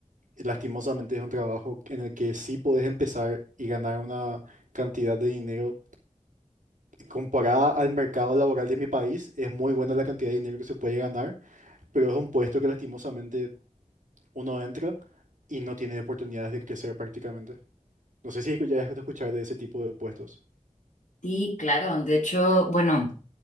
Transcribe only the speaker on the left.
Sí, claro. De hecho, bueno.